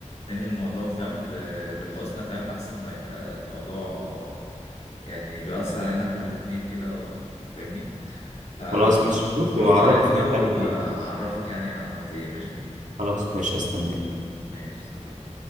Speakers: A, on the left; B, on the right.
A: ننهي الموضوع فاهم ب- بالحسنى فاهم احسن ما يبقى الموضوع يعني بيأثر علينا احنا الاتنين كده و- فاهمني فهرد
B: خلاص مش شوف وعرفني
A: عليها كده
B: هتعمل
A: وهعرفك
B: ايه
A: يعني انا عملت ايه ماشي
B: خلاص ماشي استناك
A: ماشي اتفقنا